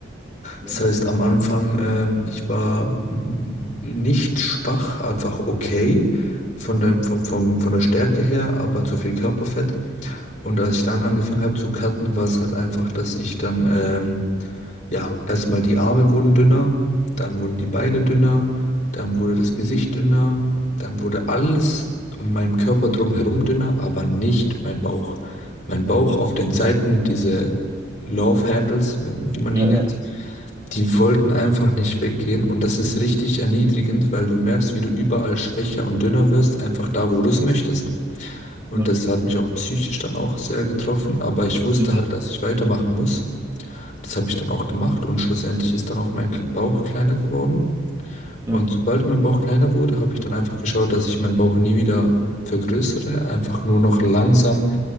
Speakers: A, on the right (about 15°); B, on the left (about 40°).
A: Mhm.
B: Das heißt, am Anfang, ähm, ich war mm, nicht schwach, einfach okay von
A: Mhm.
B: dem, vom, vom, von der Stärke her, aber zu viel Körperfett. Und als ich dann angefangen habe zu cutten, war es halt einfach, dass ich dann ähm, ja, erstmal die Arme wurden dünner, dann wurden die Beine dünner, dann wurde das Gesicht dünner, dann wurde alles um meinen Körper drumherum dünner, aber nicht mein Bauch. Mein Bauch
A: Mhm.
B: auf den Seiten, diese Love Handles, wenn- wie man
A: Ja,
B: die nennt,
A: ja.
B: die wollten einfach nicht weggehen und das ist richtig erniedrigend, weil du merkst, wie du überall schwächer und dünner wirst, einfach da, wo
A: Mhm.
B: du es möchtest. Und
A: Ja.
B: das hat mich auch psychisch dann auch sehr getroffen, aber ich wusste
A: Mhm.
B: halt, dass ich weitermachen muss. Das habe ich dann auch gemacht und schlussendlich ist dann auch mein Kle- Bauch kleiner geworden.
A: Mhm.
B: Und sobald mein Bauch kleiner wurde, habe ich dann einfach geschaut, dass ich meinen Bauch nie wieder vergrößere, einfach nur noch langsam